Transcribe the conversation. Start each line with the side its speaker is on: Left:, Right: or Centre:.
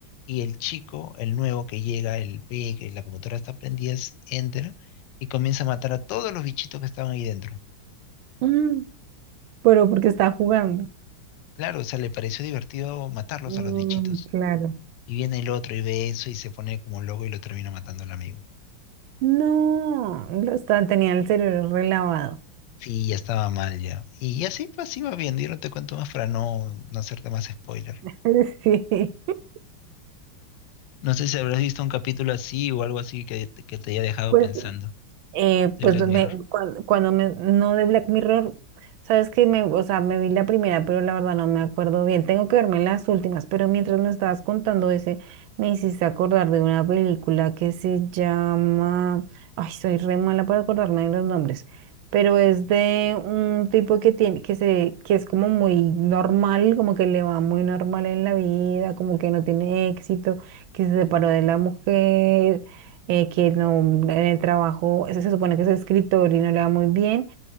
Left: Y el chico, el nuevo que llega, el ve que la computadora está prendida, es- entra y comienza a matar a todos los bichitos que estaban ahí dentro.
Right: Mm, pero porque está jugando.
Left: Claro, o sea, le pareció divertido matarlos
Right: Mm,
Left: a los bichitos.
Right: claro.
Left: Y viene el otro y ve eso y se pone como loco y lo termina matando al amigo.
Right: No, lo está, tenía el cerebro relavado.
Left: Sí, ya estaba mal ya. Y así pues así va bien, yo no te cuento más para no, no hacerte más spoiler.
Right: <laughs> Sí.
Left: No sé si habrás visto un capítulo así o algo así que te, que te haya dejado
Right: Pues
Left: pensando
Right: eh,
Left: de
Right: pues
Left: Black Mirror.
Right: me, cuan- cuando, me, no de Black Mirror, sabes que me, o sea, me vi la primera, pero la verdad no me acuerdo bien. Tengo que verme las últimas, pero mientras me estabas contando ese, me hiciste acordar de una película que se llama, ay, soy re mala para acordarme de los nombres, pero es de un tipo que tiene, que se, que es como muy normal, como que le va muy normal en la vida, como que no tiene éxito, que se separó de la mujer, eh, que no, en el trabajo se, se supone que es escritor y no le va muy bien,